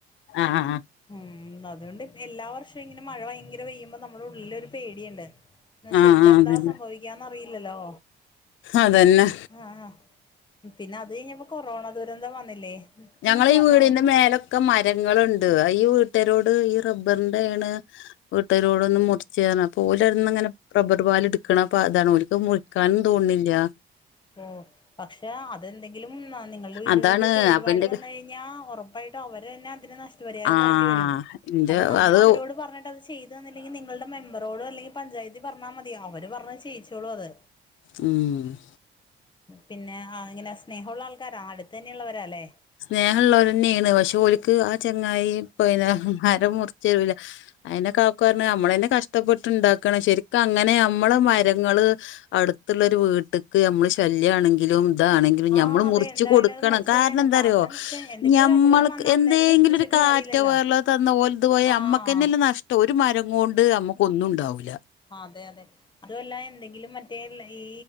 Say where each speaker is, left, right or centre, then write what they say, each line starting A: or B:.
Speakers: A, on the left; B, on the left.
A: ആഹ് ആഹ് ആഹ്
B: മം അതുകൊണ്ട് എല്ലാ വർഷോം ഇങ്ങനെ മഴ ഭയങ്കര പെയ്യുമ്പോ നമ്മളെ ഉള്ളിലൊരു പേടിയിണ്ട് എന്നശെ
A: ആഹ്
B: ഇപ്പ എന്താ
A: അതന്നെ
B: സംഭവിക്കാന്ന്റിയില്ലല്ലോ
A: അതന്നെ
B: ആഹ് ആഹ് പിന്നെ അത് കഴിഞ്ഞപ്പോ കൊറോണ ദുരന്തം വന്നില്ലേ
A: ഞങ്ങളെ
B: നിങ്ങക്ക് വന്നോ
A: വീടിന്റെ മേലൊക്കെ മരങ്ങള്ണ്ട് ഈ വീട്ടാരോട് ഈ റബ്ബറിന്റെയണ് വീട്ടരോട് ഒന്ന് മുറിചേരാൻ അപ്പൊ ഓലന്ന് അങ്ങനെ റബർ പാല് എടുക്കണപ്പ താണ് ഓല്ക്ക് മുറി ക്കാനും തോൻ ണില്ല
B: ഓഹ് പക്ഷ പക്ഷേ അതെന്തെങ്കിലും നിങ്ങൾടെ വീടുകൾക്ക്
A: അതാണ്
B: കേടുപാട്
A: അപ്പന്റെ
B: വന്ന് കഴിഞ്ഞാ ഒറപ്പായിട്ടും അവർ ന്നെ അതിന് നഷ് നഷ്ട പരിഹാരം
A: ആഹ്
B: തരേണ്ടി വരും
A: ഇന്റെ
B: കാരണം നമ്മൾ
A: അത്
B: അവരോട് പറഞ്ഞിട്ടത് ച്ചെ ചെയ്ത് തന്നില്ലെങ്കിൽ നിങ്ങൾ ടെ മെമ്പറോട് അല്ലെങ്കിൽ പഞ്ചായത്തിൽ പറഞ്ഞാ മതി അവർ പറഞ്ഞ് ചെയ്ച്ചോളൂ അത്
A: ഉം
B: പിന്നെ ആഹ് സ്നേഹോള്ള ആൾക്കാരാ അടുത്തന്നെയുള്ളവരാ ലെ
A: സ്നേഹള്ളോരന്നെണ് പക്ഷെ ഓൽക്ക് ആഹ് ചങ്ങായി പിന്ന മരം മുറിച്ചരൂല അയിന്നെ കാക്കു നമ്മളന്നെ കഷ്ടപ്പെട്ട്ണ്ടാക്കണ് ശരിക്കും അങ്ങനെ നമ്മള് മരങ്ങള് അടുത്തിള്ളൊരു വീട്ട്ക്ക് നമ്മള് ശല്യണെങ്കിലും ഇതാണെങ്കിലും
B: ആഹ്
A: നമ്മള്
B: അതെ
A: മുറിച്ചു
B: എന്തായാലും
A: കൊടുക്കണം
B: അത് മുറിച്ച്
A: കാര
B: കളയണം
A: എന്തറിയോ
B: കാരണം എന്ന് വെച്ചാ എന്തെങ്കിലും
A: നമ്മള
B: ഒരു അപകടം വന്നാ
A: എന്തെങ്കിലും
B: അന്നേരം വിഷമിച്ചിട്ട്
A: ഒരു കാറ്റൊ
B: കാര്യല്ലല്ലോ
A: വേ റലതൊ പോയ ഞമ്മക്കെല്ല
B: ആഹ്
A: നഷ്ടം ഒരു മരം കോണ്ട് നമുക്കൊന്നും ഉണ്ടാവൂല
B: അതെ അതെ അതുഅല്ല എന്തെങ്കിലും മറ്റേ ഈ